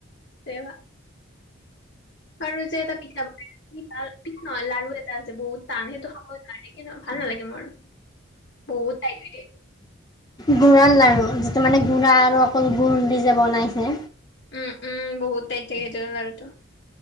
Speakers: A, on the left; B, on the left.
A: তে আৰু যে এটা পিঠা বনাই প ন লাৰু এটা আছে বহুত টান সেইটো খাব ন কিন্ত ভ ভাল নালাগে মোৰ। বহুত টাইত
B: গুড়ৰ লাৰু যিটো মানে গুড়া আৰু অকল গুড় দি যে বনাইছে।
A: উম উম বহুত টাইত থাকে সেইটোতো